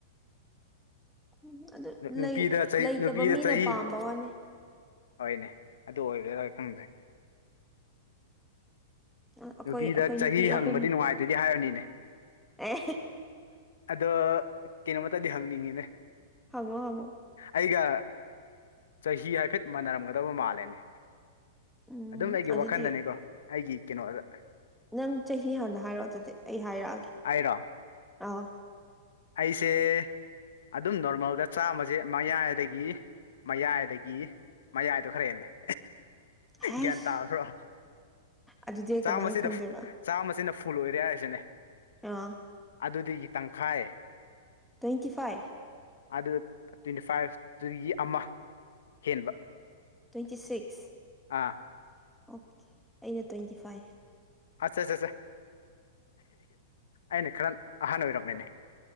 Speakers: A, in the centre; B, on the left (about 80°).
A: ꯎꯝ ꯑꯗꯨ
B: ꯅꯨꯄꯤꯗ
A: ꯂꯩ ꯂꯩꯇꯕ
B: ꯅꯨꯄꯤꯗ
A: ꯃꯤꯅ
B: ꯆꯍꯤ
A: ꯄꯥꯝꯕ ꯋꯥꯅꯤ
B: ꯍꯣꯏꯅꯦ ꯑꯗꯨ ꯑꯣꯏꯕ꯭ꯔꯥꯣꯏ ꯈꯪꯗ꯭ꯔꯦ
A: ꯑꯩꯈꯣꯏ
B: ꯅꯨꯄꯤꯗ
A: ꯑꯩꯈꯣꯏ
B: ꯆꯍꯤ
A: ꯅꯨꯄꯤ
B: ꯍꯪꯕꯗꯤ
A: ꯑꯍꯨꯝ
B: ꯅꯨꯡꯉꯥꯏꯇꯗꯤ ꯍꯥꯏꯔꯅꯤꯅꯦ
A: ꯑꯦ
B: ꯑꯗꯣ ꯀꯩꯅꯣꯃꯇꯗꯤ ꯍꯪꯅꯤꯡꯉꯤꯅꯦ
A: ꯍꯪꯉꯣ ꯍꯪꯉꯣ
B: ꯑꯩꯒ ꯆꯍꯤ ꯍꯥꯏꯐꯦꯠ ꯃꯥꯟꯅꯔꯝꯒꯗꯕ ꯃꯥꯜꯂꯦꯅꯦ
A: ꯎꯝ
B: ꯑꯗꯨꯝ ꯑꯩꯒꯤ
A: ꯑꯗꯨꯗꯤ
B: ꯋꯥꯈꯟꯗꯅꯤꯀꯣ ꯑꯩꯒꯤ ꯀꯩꯅꯣꯗ
A: ꯅꯪ ꯆꯍꯤ ꯍꯥꯟꯅ ꯍꯥꯏꯔꯛꯑꯣ ꯑꯗꯨꯗꯤ ꯑꯩ ꯍꯥꯏꯔꯛꯑꯒꯦ
B: ꯍꯥꯏꯔꯣ
A: ꯑꯥ
B: ꯑꯩꯁꯦ ꯑꯗꯨꯝ ꯅꯣꯔꯃꯦꯜꯗ ꯆꯥꯃꯁꯦ ꯃꯌꯥꯏ ꯑꯗꯒꯤ ꯃꯌꯥꯏꯗꯒꯤ ꯃꯌꯥꯏꯗꯣ ꯈꯔ ꯍꯦꯜꯂꯦ
A: ꯍꯁ
B: ꯒ꯭ꯌꯥꯟ ꯇꯥꯕ꯭ꯔꯣ
A: ꯑꯗꯨꯗꯤ
B: ꯆꯥꯝꯃꯕꯁꯤꯗ
A: ꯀꯃꯥꯏꯅ ꯈꯪꯗꯣꯏꯕ
B: ꯆꯥꯝꯃꯁꯤꯅ ꯐꯨꯜ ꯑꯣꯏꯔꯦ ꯍꯥꯏꯔꯤꯁꯤꯅꯦ
A: ꯑꯥ
B: ꯑꯗꯨꯗꯒꯤ ꯇꯪꯈꯥꯏ
A: ꯇ꯭ꯋꯦꯟꯇꯤ ꯐꯥꯏꯚ
B: ꯑꯗꯨ ꯇ꯭ꯋꯦꯟꯇꯤ ꯐꯥꯏꯚꯇꯨꯒꯤ ꯑꯃ ꯍꯦꯟꯕ
A: ꯇ꯭ꯋꯦꯟꯇꯤ ꯁꯤꯛꯁ
B: ꯑꯥ
A: ꯑꯣꯀꯦ ꯑꯩꯅ ꯇ꯭ꯋꯦꯟꯇꯤ ꯐꯥꯏꯚ
B: ꯑ ꯑꯠ ꯑꯠꯁꯦ ꯑꯩꯅ ꯈꯔ ꯑꯍꯥꯟꯕ ꯑꯣꯏꯔꯝꯝꯕꯅꯤ